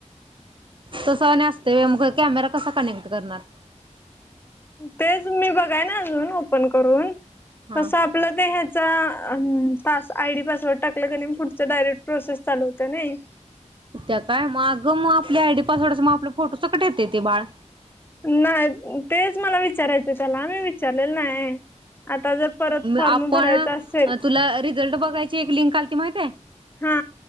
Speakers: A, on the right (about 40°); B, on the left (about 15°).
A: तसं आणि असतंय व्हय. मग कॅमेरा कसा कनेक्ट करणार?
B: तेच मी बघाय नाय अजून ओपन करून.
A: हा
B: कसं आपलं त ह्याचा अं पास आयडी पासवर्ड टाकलं क‌ नई मग पुढच डायरेक्ट प्रोसेस चालू होतय नाई.
A: त्या काय मागं मग आपल्या आयडी पासवर्डचं मग आपलं फोटो सगट येतंय ते बाळ.
B: नाही तेच मला विचारायचं त्याला आम्ही विचारलेलं नाय. आता जर परत फॉर्म
A: आपण
B: भरायचा असेल
A: तुला रिझल्ट बघायची एक लिंक आलती माहिती हाय?
B: हा